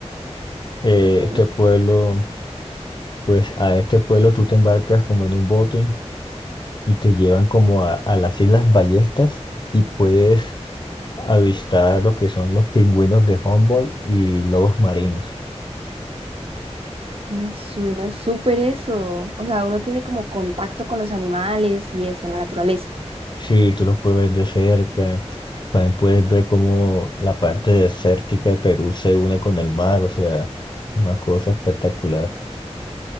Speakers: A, on the left (about 40°); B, on the right (about 55°).
A: Eh,
B: Ok.
A: este pueblo, pues a este pueblo tú te embarcas como en un bote y te llevan como a, a las Islas Ballestas y puedes avistar lo que son los pingüinos de Humboldt y lobos marinos.
B: Me suena súper eso. O sea, uno tiene como contacto con los animales y eso, la naturaleza.
A: Sí, tú los puedes ver de cerca, también puedes ver cómo la parte desértica de Perú se une con el mar, o sea, una cosa espectacular.